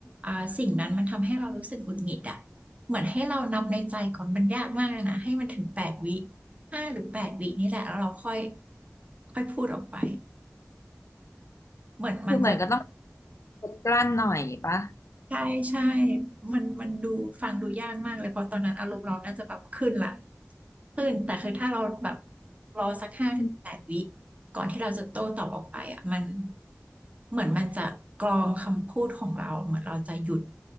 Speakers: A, on the right; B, on the left.
A: อ่าสิ่งนั้นมันทำให้เรารู้สึกหงุดหงิดอ่ะเหมือนให้เรานับในใจก่อนมันยากมากเลยนะให้มันถึงแปดวิห้าหรือแปดวินี่แหละแล้วเราค่อยค่อยพูดออกไปเหมือนมันจะ
B: คือเหมือนก็ต้องอดกลั้นหน่อยปะ
A: ใช่ใช่มันมันดูฟังดูยากมากเลยเพราะตอนนั้นอารมณ์เราน่าจะแบบขึ้นละขึ้นแต่คือถ้าเราแบบรอสักห้าถึงแปดวิ
B: อืม
A: ก่อนที่เราจะโต้ตอบออกไปอ่ะมันเหมือนมันจะกรองคำพูดของเราเหมือนเราจะหยุด